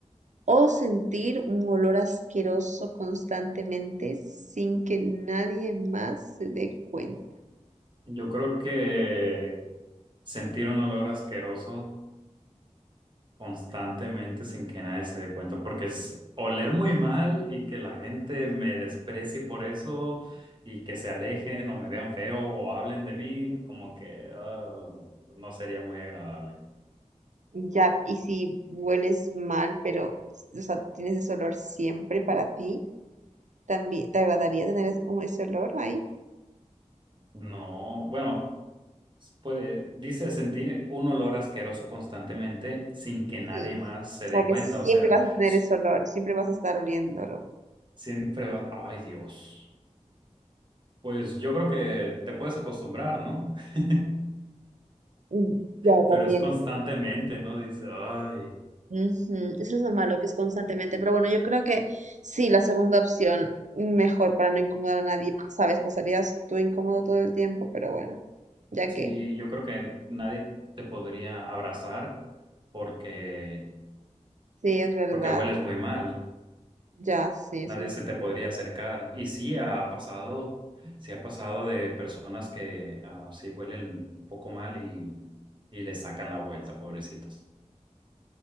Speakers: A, on the right; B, on the right.
A: O sentir un olor asqueroso constantemente sin que nadie más se dé cuenta.
B: Yo creo que sentir un olor asqueroso constantemente sin que nadie se dé cuenta, porque es oler muy mal y que la gente me desprecie por eso y que se alejen o me vean feo o hablen de mí, como que ah, no sería muy agradable.
A: Ya, y si hueles mal, pero, o sea, tienes ese olor siempre para ti, también te agradaría tener es- un- ese olor ahí.
B: No, bueno, puede, dice sentir un olor asqueroso constantemente sin que nadie
A: Sí. O
B: más se
A: sea,
B: dé cuenta,
A: que siempre
B: o sea,
A: vas a tener
B: s-
A: ese olor, siempre vas a estar oliéndolo.
B: siempre vas, ay Dios. Pues yo creo que te puedes acostumbrar, ¿no? <laughs>
A: Mm, Ya,
B: Pero
A: también.
B: es constantemente, ¿no? Dice, ay.
A: Ujú, Eso es lo malo, que es constantemente. Pero bueno, yo creo que sí, la segunda opción, mejor para no incomodar a nadie, sabes, pasarías tú incómodo todo el tiempo, pero bueno, ya
B: Sí,
A: que,
B: yo creo que nadie te podría abrazar porque,
A: sí, es verdad.
B: porque hueles muy mal.
A: Ya, sí, eso
B: Nadie
A: es
B: se te
A: verdad.
B: podría acercar. Y sí ha pasado, sí ha pasado de personas que ah, sí huelen un poco mal y, y le sacan la vuelta, pobrecitos.